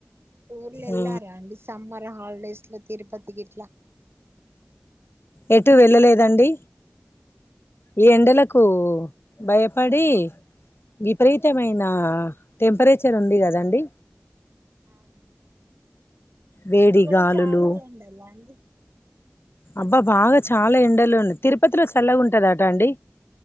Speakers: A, on the right; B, on the left.
A: టూర్లు వెళ్ళారా
B: ఆ
A: అండి సమ్మర్ హాలిడేస్ లో తిరుపతి గిట్లా
B: ఎటూ వెళ్ళలేదండి ఈ ఎండలకు భయపడి విపరీతమైన టెంపరేచర్ ఉంది కదండి
A: అవునా
B: వేడి
A: మీకు కూడా
B: గాలులు
A: చాలా ఎండలా అండి
B: అబ్బా బాగా చాలా ఎండల్లో ఉన్నాయ్ తిరుపతిలో చల్లగుంటదట అండి